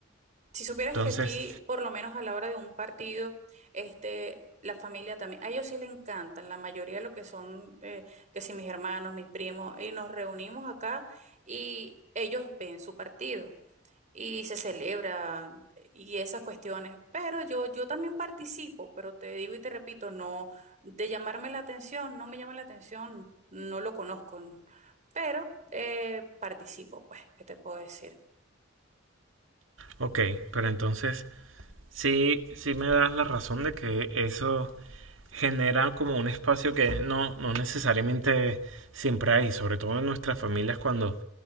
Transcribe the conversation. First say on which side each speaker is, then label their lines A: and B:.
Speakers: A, on the right (about 40°); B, on the right (about 75°).
A: Si supieras
B: Entonces,
A: que aquí, por lo menos a la hora de un partido, este, la familia también, a ellos sí le encantan, la mayoría de lo que son, eh, que si mis hermanos, mis primos, y nos reunimos acá y ellos ven su partido y se celebra y esas cuestiones. Pero yo, yo también participo, pero te digo y te repito, no, de llamarme la atención, no me llama la atención, no lo conozco, pero eh, participo, pues, ¿qué te puedo decir?
B: ok, pero entonces sí, sí me das la razón de que eso genera como un espacio que no, no necesariamente siempre hay, sobre todo en nuestras familias cuando